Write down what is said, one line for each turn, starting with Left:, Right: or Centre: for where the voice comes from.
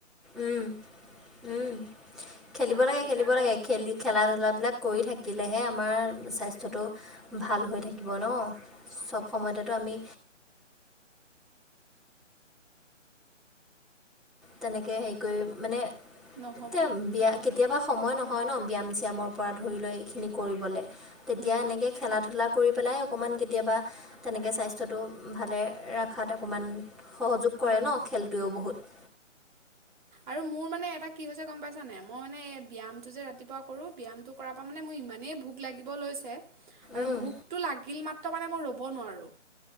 Centre: উম -উম খেলিব
Right: তাৰপিছতে
Centre: লাগে খেলিব
Right: আকৌ
Centre: লাগে খেলি খেলা ধূলা বিলাক কৰি থাকি। থাকিলেহে আমাৰ স্বাস্থ্যটো ভাল হৈ থাকে। দিব ন চব সময়তেতো আমি। তেনেকে হেৰি কৰি মানে। এ
Right: নহ'ব
Centre: বিয়া
Right: সেইটোৱে
Centre: কেতিয়াবা সময় নহয়। হয় ন ব্যায়াম চিয়ামৰ পৰা ধৰি লৈ এইখিনি কৰিবলৈ। তেতিয়া
Right: উম,
Centre: এনেকে খেলা -ধূলা কৰি পেলাই অকণমান কেতিয়াবা তেনেকৈ স্বাস্থ্যটো ভালে ৰখাত অকণমান। সহযোগ কৰে
Right: উম,
Centre: ন খেলটোৱেও বহুত।
Right: আৰু মোৰ মানে এটা কি হৈছে গম পাইছানে মই মানে ব্যায়ামটো যে ৰাতিপুৱা কৰো ব্যায়ামটো কৰাৰ পৰা মানে মোৰ ইমানেই ভোক লাগিব লৈছে আৰু
Centre: উম
Right: ভোকটো লাগিল মাত্ৰ মানে মই ৰ'ব নোৱাৰো